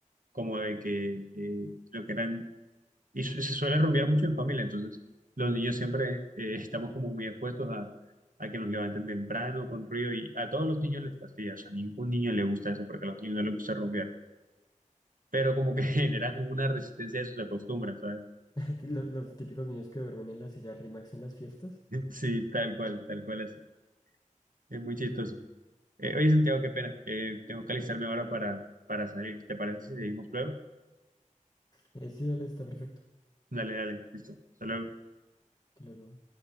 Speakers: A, on the right (about 85°); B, on the left (about 30°).
A: como de que eh, lo que eran y su- se suele rumbear mucho en familia, entonces los niños siempre eh, estamos como muy expuestos a, a que nos levanten temprano con ruido y a todos los niños les fastidia, o sea, a ningún niño le gusta eso porque a los niños no les gusta rumbear, pero como que <laughs> generan
B: Sí, no.
A: una resistencia a sus acostumbran, ¿sabes?
B: <laughs> Lo- Los, típicos niños que duermen en la silla RIMAX en las fiestas.
A: <laughs> Sí, tal cual, tal cual así. Es muy chistoso. Eh, oye, Santiago, qué pena. Eh, tengo que alistarme ahora para, para salir. ¿Te parece si seguimos luego?
B: Eh, sí, dale, está perfecto.
A: Dale, dale, listo. Hasta luego.
B: Te lo digo.